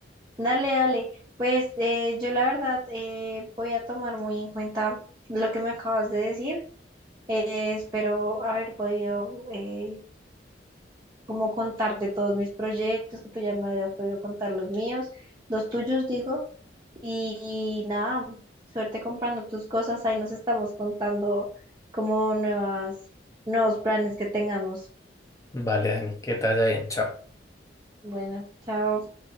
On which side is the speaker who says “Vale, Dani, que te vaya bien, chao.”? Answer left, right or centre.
Left